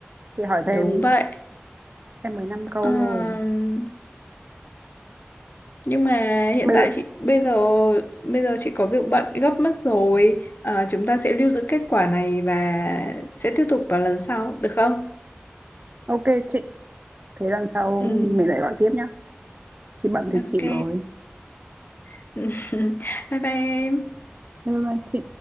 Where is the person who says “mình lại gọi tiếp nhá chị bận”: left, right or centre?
Right